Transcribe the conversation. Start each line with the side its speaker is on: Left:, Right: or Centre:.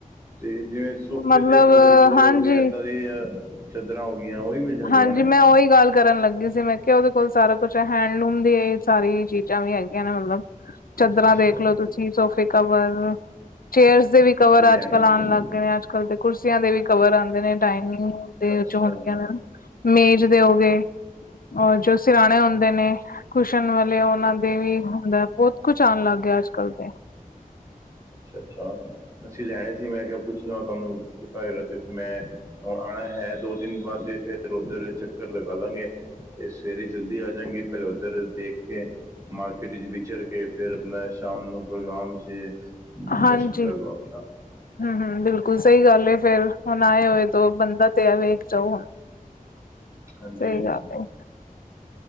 Right: ਤੇ ਜਿਵੇਂ ਸੋਫੇ
Left: ਮਤਲਬ
Right: ਦੇ ਕਵਰ ਕਵਰ
Left: ਹਾਂਜੀ
Right: ਹੋ ਗਏ ਇਏਦਾਂ ਦੀ ਚਾਦਰਾਂ ਹੋ ਗਈਆਂ ਉਹ ਵੀ ਮਿਲ ਜਾਂਦੀਆਂ
Left: ਹਾਂਜੀ
Right: ਨੇ
Left: ਮੈਂ ਉਹੀ ਗੱਲ ਕਰਨ ਲੱਗੀ ਸੀ ਮੈਂ ਕਿਹਾ ਉਹਦੇ ਕੋਲ ਸਾਰਾ ਕੁਛ ਹੈਂਡਲੂਮ ਦੀ ਸਾਰੀ ਚੀਜ਼ਾਂ ਵੀ ਹੈਗੀਆਂ ਨੇ ਮਤਲਬ ਚਾਦਰਰਾਾਂ
Right: ਅੱਛਾ
Left: ਦੇਖਲੋ ਤੁਸੀਂ ਸੋਫੇ ਕਵਰ ਚੇਅਰਸ ਦੇ ਵੀ
Right: ਅਸੀਂ
Left: ਕਵਰ
Right: ਲੈਣੀ
Left: ਅੱਜ ਕਲ ਆਉਣ
Right: ਸੀ ਨਾ
Left: ਲੱਗ ਨੇ ਅੱਜ ਕੱਲ੍ਹ ਤੇ ਕੁਰਸੀਆਂ ਦੇ ਵੀ ਕਵਰ ਆਉਂਦੇ ਨੇ ਡਾਇਨ ਜੋ
Right: ਅੱਛਾ,
Left: ਹੁੰਦੀਆਂ ਨੇ ਮੇਜ ਦੇ ਹੋ ਗਏ ਔਰ ਜੋ ਸਰਾਣੇ ਹੁੰਦੇ ਨੇ ਕੁਸ਼ਨ ਵਾਲੇ ਉਹਨਾਂ ਦੇ ਵੀ ਹੁੰਦਾ ਬਹੁਤ ਕੁਝ ਆਉਣ ਲੱਗ ਗਿਆ ਅੱਜ ਕੱਲ ਦੇ
Right: ਅੱਛਾ ਅੱਛਾ ਅਸੀਂ ਲੈਣੇ ਸੀ ਮੈਂ ਕਿਹਾ ਪੁੱਛ ਲ ਤੁਹਾਨੂੰ ਪਤਾ ਹੈ ਰ ਮੈਂ ਹੁਣ ਆਉਣਾ ਹੈ ਦੋ ਦਿਨ ਬਾਅਦ ਤੇ ਫਿਰ ਉਓਧਰ ਚੱਕਰ ਲਗਾ ਲਾਂਗੇ ਤੇ ਸਵੇਰੇ ਜਲਦੀ ਆ ਜਾਗੀ ਪਹਿਲਾਂ ਉੱਧਰ ਦੇਖ ਕੇ ਮਾਰਕੀਟ ਚ ਵਿਚਰ ਕੇ ਫੇਰ ਆਪਣਾ ਸ਼ਾਮ ਨੂੰ ਪ੍ਰੋਗਰਾਮ ਅਤੇ
Left: ਹਾਂਜੀ
Right: ਦਰਸ਼ਨ ਕਰ ਲਵਾਂਗੇ ਨਾ
Left: ਹਮ ਹਮ ਬਿਲਕੁਲ ਸਹੀ ਗੱਲ ਏ ਫੇਰ ਹੁਣ ਆਏ ਹੋਏ ਤੋਂ ਬੰਦਾ ਤੇ ਆ ਵੇਖ ਜਾਓ ਹੁਣ
Right: ਹਾਂਜੀ-ਹਾਂਜੀ,
Left: ਸਹੀ ਗੱਲ